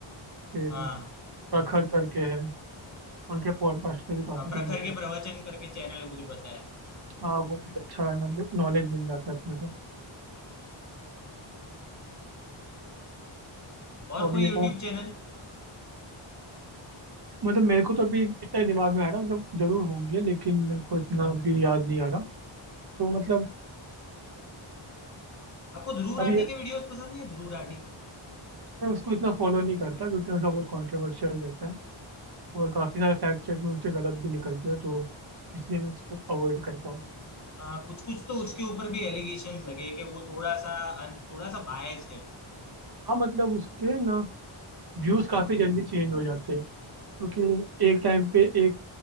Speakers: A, on the right; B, on the left.
A: फिर
B: हाँ
A: प्रखर
B: हाँ हाँ
A: करके है उनके पॉडकास्ट से भी काफी
B: हाँ, प्रखर
A: कुछ मिल जाता
B: के प्रवचन
A: है
B: करके चैनल है मुझे पता है
A: हाँ वो भी अच्छा है मतलब नॉलेज मिल जाता है अपने को
B: और
A: तो अभी
B: कोई
A: ये
B: यूट्यूब
A: ना
B: चैनल
A: मतलब मेरे को तो अभी इतना दिमाग में आ रहा मतलब जरूर होंगे लेकिन मेरे को इतना अभी याद नहीं आ रहा तो मतलब
B: आपको ध्रुव
A: अब
B: राठी
A: ये
B: के वीडियोस पसंद नहीं है ध्रुव राठी के
A: मैं उसको इतना फॉलो नहीं करता क्योंकि उसका बहुत कॉन्ट्रोवर्शियल रहता है और काफ़ी सारे फैक्ट चेक में उससे गलत भी निकलते हैं तो इसलिए मैं उसको अवॉइड करता हूँ
B: आ, कुछ कुछ तो उसके ऊपर भी एलिगेशन लगे कि वो थोड़ा सा अन- थोड़ा सा बायस्ड है
A: हाँ मतलब उसके ना व्यूज़ काफ़ी जल्दी चेंज हो जाते हैं क्योंकि एक टाइम पे एक